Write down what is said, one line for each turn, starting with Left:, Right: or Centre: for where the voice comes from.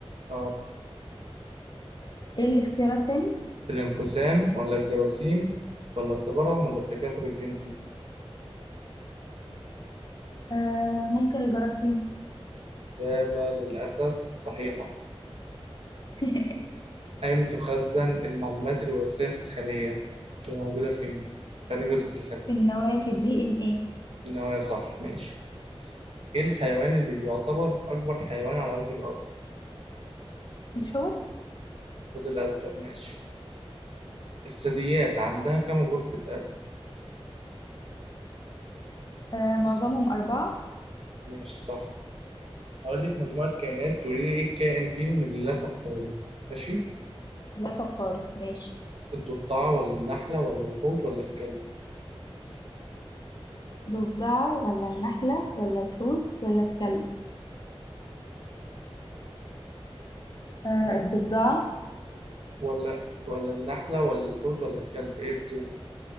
Right: آه
Left: إيه الاختيارات تاني
Right: الانقسام ولا الجراثيم ولا التبرعم ولا التكاثر الجنسي
Left: آه ممكن الجراثيم
Right: إجابة للأسف صحيحة
Left: <laughs>
Right: أين تخزن المعلومات الوراثية في الخلية؟ بتبقى موجودة فين؟ في أي جزء في الخلية؟
Left: النوافذ دي ان ايه
Right: النوايا صح ماشي إيه الحيوان اللي بيعتبر أكبر حيوان على وجه الأرض؟
Left: الحوت
Right: الحوت الأزرق ماشي الثدييات عندها كم غرفة قلب
Left: آه معظمهم أربعة
Right: ماشي صح هقول لك مجموعة كائنات تقولي لي ايه الكائن فيهم اللي لف القولي ماشي
Left: لا فقار ماشي
Right: الضفدعة ولا النحلة ولا الحوت ولا الكلب
Left: ضفدعة ولا النحلة ولا الحوت ولا الكلب آه
Right: إيه؟
Left: الضفدعة
Right: ولا ولا النحلة ولا الحوت ولا الكلب ايه في دول